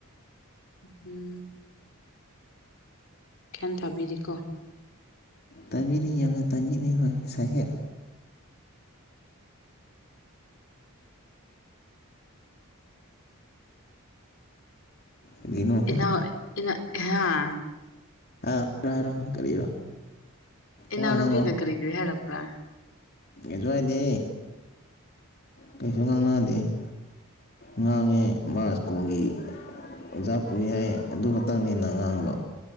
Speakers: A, on the left; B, on the left.
A: ꯎꯝ ꯒꯌꯥꯟ ꯇꯥꯕꯤꯔꯤꯀꯣ ꯫
B: ꯇꯥꯕꯤꯔꯤ ꯌꯥꯝꯅ ꯇꯥꯕꯤꯔꯤ ꯍꯣꯏ ꯁꯥꯍꯦꯞ ꯀꯔꯤꯅꯣ
A: ꯏꯅꯥ ꯏꯅꯥ ꯍꯥ
B: ꯥ ꯍꯥꯏꯔꯣ ꯀꯔꯤꯔꯣ
A: ꯏꯅꯥꯎꯅ
B: ꯋꯥ ꯉꯥꯡꯂꯛꯑꯣ
A: ꯅꯨꯄꯤꯅ ꯀꯔꯤ ꯀꯔꯤ ꯍꯥꯏꯔꯛꯄ꯭ꯔꯥ
B: ꯀꯩꯁꯨ ꯍꯥꯏꯗꯦ ꯀꯩꯁꯨ ꯉꯥꯡꯗꯅꯕ ꯫ ꯉꯥꯡꯉꯦ ꯃꯥꯁꯀꯣꯒꯤ ꯑꯣꯖꯥ ꯄꯨꯔꯤ ꯍꯥꯏ ꯑꯗꯨ ꯈꯛꯇꯪꯅꯤꯅ ꯉꯥꯡꯕ